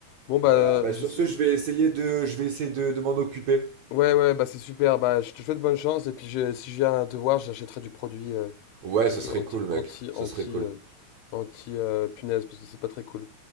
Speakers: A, on the left; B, on the right.
A: Bon, bah,
B: Voilà. Bah,
A: je
B: sur
A: sais-
B: ce, je vais essayer de, je vais essayer de, de m'en occuper.
A: Ouais, ouais, bah, c'est super, bah, je te souhaite bonne chance, et puis je- si je viens te voir, j'achèterai du produit euh,
B: Ouais,
A: ou je-
B: ce serait
A: anti,
B: cool,
A: anti,
B: mec. Ce
A: anti,
B: serait cool.
A: euh, Anti euh, punaise, parce que c'est pas très cool.